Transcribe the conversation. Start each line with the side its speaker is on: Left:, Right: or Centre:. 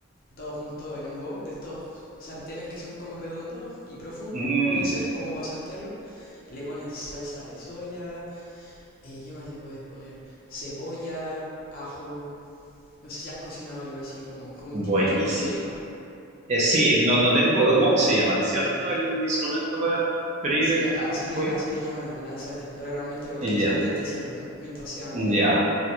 Left: todo junto en un wok de estos sartenes que son como redondos y profundos,
Right: Mm,
Left: puede ser, como para saltearlo. Le pones salsa de soya, eh, ¿qué más le puedes poner? Cebolla, ajo, no sé si has cocinado algo así, como, como
Right: buenísimo.
Left: un tipo chatsui, ¿no?
Right: Eh, sí, no, no tengo, eh, wok se llama, ¿no es cierto? El instrumento para freír
Left: Sí,
Right: el,
Left: así
Right: el
Left: le,
Right: pollo.
Left: así le llaman al, al sartén, pero realmente cualquier
Right: Ya,
Left: sartén te sirve, ¿no? Mientras sea amplio.
Right: ya.